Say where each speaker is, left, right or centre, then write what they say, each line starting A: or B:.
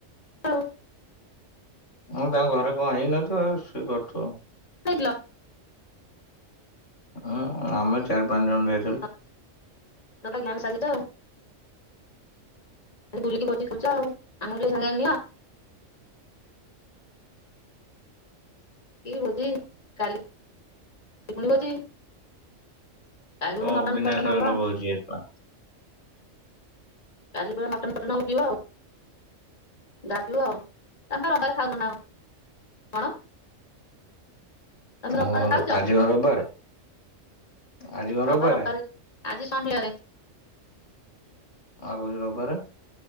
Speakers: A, on the left; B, on the left.
A: ହଉ।
B: ମୁଁ ତାଙ୍କ ଘରେ କଣ ହେଇନଥିବ ଆଉ ସିଏ କରୁଥିବ ଆଉ।
A: କରିିଲ?
B: ହୁଁ ଆମେ ଚାରି ପାଞ୍ଚ ଜଣ ଯାଇଥିଲୁ।
A: ତମେ ଗ୍ୟାଙ୍ଗ ସାଜିଛ ତ ବୁଲିକି ଭୋଜି ଖାଉଛ ଆଉ ଆମକୁ ଟିକେ ଜଣେଇଲଣି? କି ଭୋଜି କାଲି ବି ଭୋଜି। କାଲି
B: ହଁ
A: ମଟନ୍
B: ଅବିନାଶ
A: ଫଟନ ହବ।
B: ଘର ଭୋଜି ହେଇଥିଲା
A: କାଲି ପ ମଟନ ଫଟନ ହଉ ଥିବ ଆଉ। ଦବୁ ଆଉ ଆମେ ବା ରବିବାର ଖାଉନୁ ନା ଆଉ। କଣ? ତମେ
B: ମୋର
A: ରବିବାରେ ଖାଉଛ
B: ଆଜି କଣ ରବିବାରେ? ଆଜି କଣ
A: ହଁ
B: ରବିବାରେ?
A: ପା ଆଜି ଶନିବାରେ।
B: ଆଉ କହୁଚୁ ରବିବାରେ।